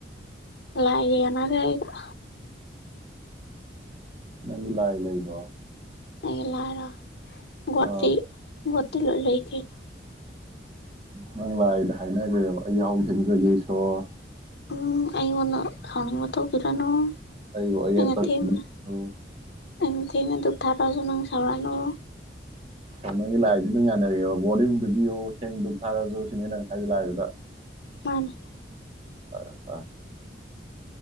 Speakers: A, on the left (about 65°); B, on the right (about 35°).
A: ꯂꯑꯦꯅꯔꯦ ꯌꯥꯅꯒꯤ ꯑꯩꯒ
B: ꯅꯪꯒꯤ ꯂꯥꯛꯑ ꯂꯩ ꯂꯩꯕꯣ
A: ꯑꯩ ꯂꯔ
B: ꯑ
A: ꯠꯁꯤ ꯇꯂꯒ ꯂꯩ ꯀꯩꯅ
B: ꯅꯪ ꯂꯥꯛꯏꯗ ꯍꯥꯏꯅꯈ꯭ꯔꯦꯕ ꯑꯩ ꯌꯥꯍ ꯊꯦꯡꯖꯒꯦ ꯁꯣꯔ
A: ꯎꯝ ꯑꯩꯉꯅ ꯈꯥꯎꯅꯤꯡ ꯃ ꯇꯧꯕ ꯄꯤꯔꯅꯣ
B: ꯑꯩꯕꯨ ꯑꯌꯦꯠꯄ
A: ꯉ ꯊ ꯑꯦ
B: ꯄꯤꯕꯤꯌꯨ,
A: ꯊꯅ ꯗꯨꯛ ꯊꯥ ꯇꯖꯅꯪ ꯁꯔ ꯅꯨ꯫
B: ꯑꯣ ꯅꯪꯒꯤ ꯂꯥꯏꯁꯤ ꯑꯗꯨꯝ ꯌꯥꯅꯔꯑꯦꯕ ꯕꯣꯔꯗꯤ ꯑꯗꯨꯝ ꯄꯤꯕꯤꯌꯨ ꯊꯦꯡꯗ ꯑꯗꯨꯝ ꯊꯥꯔꯁꯨ ꯁꯤꯅꯦ ꯅꯪ ꯍꯥꯏꯒꯂ ꯂꯥꯏꯒꯗ
A: ꯟ <unintelligible>
B: ꯑꯥ